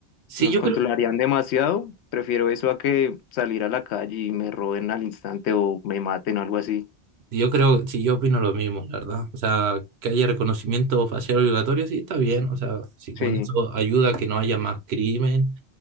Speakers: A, on the right; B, on the left.
A: Sí,
B: nos
A: yo
B: controlarían
A: creo,
B: demasiado. Prefiero eso a que salir a la calle y me roben al instante o me maten o algo así.
A: yo creo, sí, yo opino lo mismo, la verdad. O sea, que haya reconocimiento facial obligatorio, sí, está bien. O sea, si con
B: Sí,
A: eso ayuda a que no haya más crimen